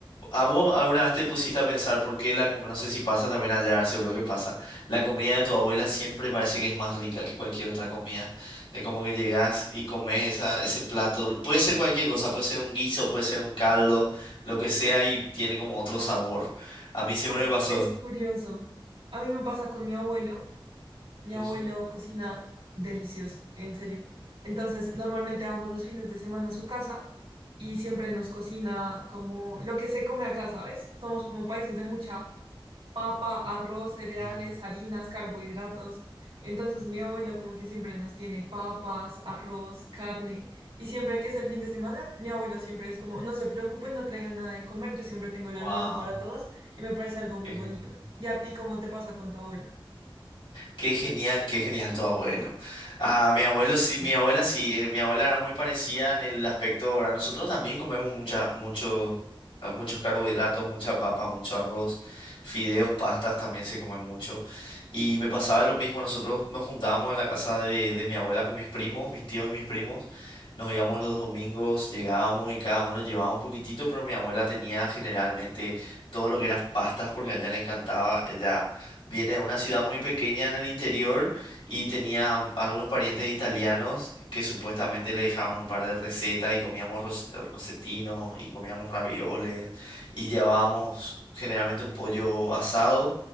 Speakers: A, on the left; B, on the right.
A: ¿A vos alguna vez te pusiste a pensar por qué la comida, no sé si pasa también allá, seguro que pasa, la comida de tu abuela siempre parece que es más rica que cualquier otra comida? Es como que llegás y comes esa, ese plato, puede ser cualquier cosa, puede ser un guiso, puede ser un caldo, lo que sea y tiene como otro sabor. A mí siempre
B: Pues
A: me pasó.
B: es curioso. A mí me pasa con mi abuelo. Mi
A: Ujú,
B: abuelo cocina delicioso, en serio. Entonces, normalmente vamos los fines de semana a su casa y siempre nos cocina como lo que se come acá, ¿sabes? Somos como países de mucha papa, arroz, cereales,
A: ujú.
B: harinas, carbohidratos. Entonces mi abuelo como que siempre nos tiene papas, arroz, carne. Y siempre que es el fin de semana, mi abuelo siempre es como, no se preocupen, no traigan nada de comer, yo siempre tengo el
A: Guau.
B: almuerzo para todos y me parece algo muy
A: Qué
B: bonito.
A: genial.
B: ¿Y a ti cómo te pasa con tu abuela?
A: Qué genial, qué genial tu abuelo. Ah, mi abuelo sí,
B: Sí.
A: mi abuela sí, eh, mi abuela era muy parecida en el aspecto, ¿verdad? Nosotros también comemos mucha, muchos, ah, muchos carbohidratos, mucha papa, mucho arroz, fideos, pastas también se come mucho. Y me pasaba lo mismo, nosotros nos juntábamos en la casa de, de mi abuela con mis primos, mis tíos y mis primos. Nos íbamos los domingos, llegábamos y cada uno llevaba un poquitito, pero mi abuela tenía generalmente todo lo que eran pastas porque a ella le encantaba, ella Viene de una ciudad muy pequeña en el interior y tenía mm, algunos parientes italianos que supuestamente le dejaron un par de recetas y comíamos ros- rosetinos y comíamos ravioles y llevábamos generalmente un pollo asado.